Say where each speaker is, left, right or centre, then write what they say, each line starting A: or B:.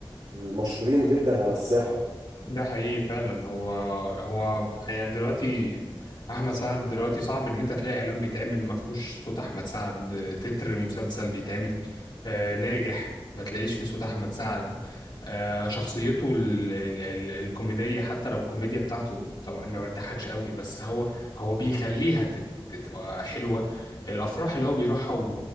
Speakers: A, on the right; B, on the left.
A: المشهورين جدا على الساحة
B: ده حقيقي فعلا هو هو يعني دلوقتي احمد سعد دلوقتي صعب ان انت تلاقي اعلان بيتعمل ما فيهوش صوت احمد سعد تتر مسلسل بيتعمل آه، ناجح ما تلاقيش فيه صوت احمد سعد آه، شخصيته ال ال ال الكوميدية حتى لو الكوميديا بتاعته طبعا ما بتضحكش قوي بس هو هو بيخليها تت- تبقى حلوة الافراح اللي هو بيروحها